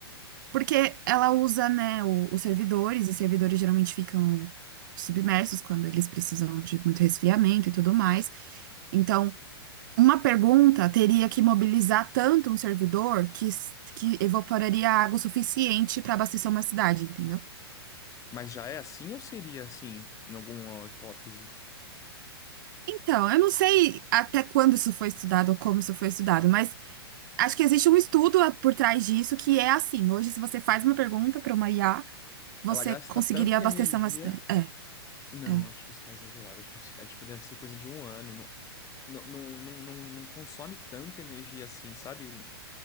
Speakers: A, on the right; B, on the left.
A: Porque ela usa, né, o- os servidores, e servidores geralmente ficam submersos quando eles precisam de muito resfriamento e tudo mais. Então, Uma pergunta teria que mobilizar tanto um servidor que, s- que evaporaria água o suficiente para abastecer uma cidade, entendeu?
B: Mas já é assim ou seria assim, em alguma hipótese?
A: Então, eu não sei até quando isso foi estudado ou como isso foi estudado, mas acho que existe um estudo por trás disso que é assim. Hoje, se você faz uma pergunta para uma IA, você
B: Ela gasta
A: conseguiria
B: tanta
A: abastecer
B: energia.
A: uma cidade. É,
B: Não,
A: é.
B: acho que isso tá exagerado. Acho que isso- é tipo, deve ser coisa de um ano. Não, não, não, não, não não consome tanta energia assim, sabe?